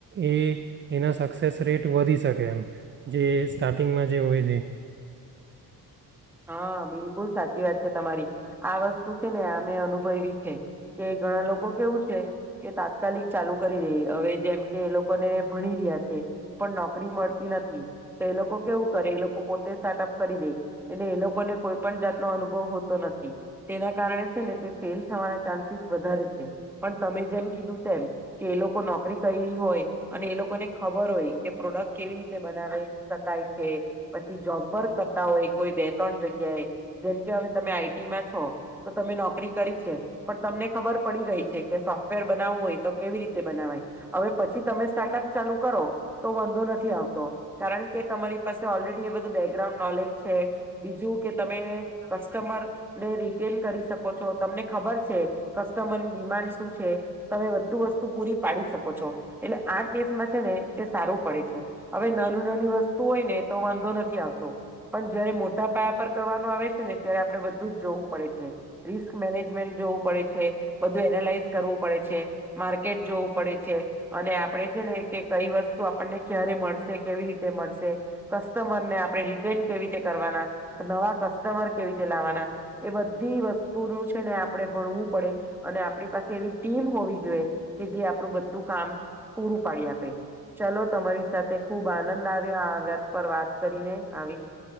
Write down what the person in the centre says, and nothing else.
હા, બિલકુલ સાચી વાત છે તમારી આ વસ્તુ છે ને અમે અનુભયવી છે, કે ઘણા લોકો કેવું છે કે તાત્કાલિક ચાલુ કરી દેય હવે જેમ કે, એ લોકોને ભણી રહ્યા છે પણ નોકરી મળતી નથી તો એ લોકો કેવું કરે એ લોકો પોતે સ્ટાર્ટઅપ કરી દેય. એટલે એ લોકોને કોઈ પણ જાતનો અનુભવ હોતો નથી, તેના કારણે છે ને તે ફેલ થવાના ચાન્સીસ વધારે છે, પણ તમે જેમ કીધું તેમ કે એ લોકો નોકરી કઈરી હોય અને એ લોકોને ખબર હોય કે પ્રોડક્ટ કેવી રીતે બનાવે શકાય છે, પછી જોબ વર્ક કરતા હોય કોઈ બે ત્રણ જગ્યાએ જેમ કે હવે તમે આઈટીમાં છો, તો તમે નોકરી કરી છે, પણ તમને ખબર પડી ગઈ છે કે સોફ્ટવેર બનાવું હોય તો કેવી રીતે બનાવાય હવે પછી તમે સ્ટાટપ ચાલુ કરો તો વાંધો નથી આવતો કારણે તમારી પાસે ઓલરેડી એ બધું બૅગ્રાઉન્ડ નોલેજ છે, બીજું કે તમે કસ્ટમર ને રિટેન કરી શકો છો તમને ખબર છે કસ્ટમરની ડિમાન્ડ શું છે. તમે બધુ વસ્તુ પૂરી પાડી શકો છો એટલે આ કેસમાં છે ને તે સારું પડે છે. હવે નાની નાની વસ્તુ હોય ને તો વાંધો નથી આવતો. પણ જયારે મોટા પાયા પર કરવાનું આવે છે ને ત્યારે આપણે બધું જ જોવું પડે છે. રિસ્ક મેનેજમેન્ટ જોવું પડે છે, બધુ એનાલાઈઝ કરવું પડે છે, માર્કેટ જોવું પડે છે અને આપણે છે ને કે કઈ વસ્તુ આપણને ક્યારે મળશે, કેવી રીતે મળશે, કસ્ટમરને આપણે રિટેન કેવી રીતે કરવાના, નવા કસ્ટમર કેવી રીતે લાવવાના એ બધી વસ્તુનું છેને આપણે ભણવું પડે અને આપણી પાસે એવી ટીમ હોવી જોઈએ કે જે આપડું બધું કામ પૂરું પાડી આપે. ચલો તમારી સાથે ખુબ આનંદ આવ્યો આ વત પર વાત કરીને. આવી